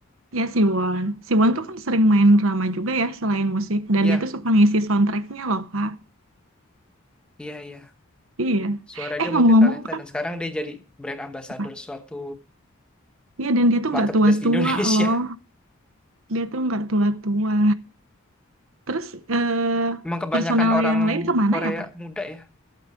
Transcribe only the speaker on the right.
Ya Siwon, Siwon tuh kan sering main drama juga ya selain musik. Dan
dia tuh suka ngisi soundtracknya loh kak.
Iya.
Eh
ngomong-ngomong
kak.
apa?
Iya dan dia tuh nggak
tua-tua
loh. Dia tuh nggak tua-tua. Terus eh,
personel
yang lain kemana
ya kak?